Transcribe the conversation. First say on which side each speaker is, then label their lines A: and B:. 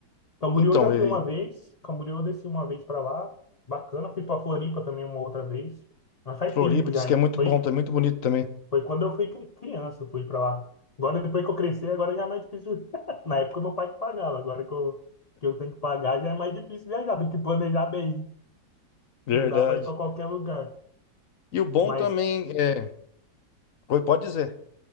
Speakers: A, on the left (about 80°); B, on the left (about 55°).
A: Camboriú
B: Então,
A: eu já
B: e
A: fui uma vez. Camboriú eu desci uma vez pra lá. Bacana. Fui pra Floripa também uma outra vez. Mas faz
B: Floripa
A: tempo já,
B: diz que
A: hein?
B: é muito
A: Foi
B: bom, tá muito bonito também.
A: Foi quando eu fui cri- criança, eu fui pra lá. Agora, depois que eu cresci, agora já é mais difícil. <laughs> Na época, meu pai que pagava. Agora que eu, que eu tenho que pagar, já é mais difícil viajar. Tem que planejar bem.
B: Verdade.
A: Não dá pra ir pra qualquer lugar.
B: E o bom
A: Mas
B: também é. Oi, pode dizer.